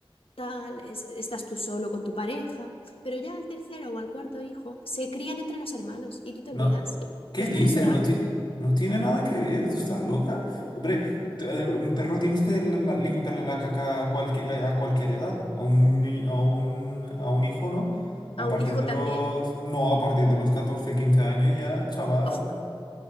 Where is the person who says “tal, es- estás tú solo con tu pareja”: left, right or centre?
Left